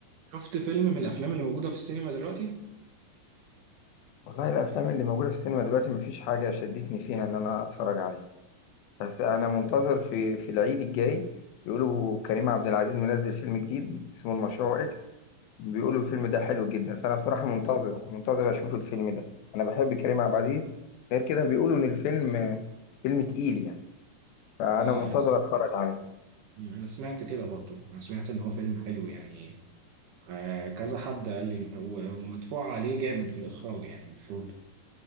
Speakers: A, on the right (about 70°); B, on the left (about 80°).
A: شفت فيلم من الافلام اللي موجوده في السينما دلوقتي
B: والله الافلام اللي موجوده في السينما دلوقتي مفيش حاجه شدتني فيها ان انا اتفرج عليها بس انا منتظر في في العيد الجاي بيقولوا كريم عبد العزيز منزل فيلم جديد اسمه المشروع اكس بيقولوا الفيلم ده حلو جدا فانا بصراحه منتظر ومنتظر اشوف الفيلم ده انا بحب كريم عبد العزيز غير كده بيقولوا ان الفيلم آه، فيلم تقيل يعني فانا
A: اه
B: منتظر
A: انا س...
B: اتفرج عليه
A: انا سمعت كده برضو انا سمعت ان هو فيلم حلو يعني آه كذا حد قال لي و- ومدفوع عليه جامد في الاخراج يعني المفروض